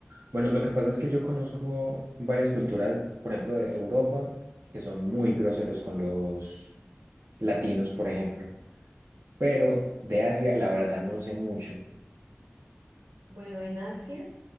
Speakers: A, on the right; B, on the right.
A: bueno, lo que pasa es que yo conozco varias culturas, por ejemplo, de Europa, que son muy groseros con los latinos, por ejemplo. Pero
B: Sí.
A: de Asia, la verdad, no sé mucho.
B: Bueno, en Asia,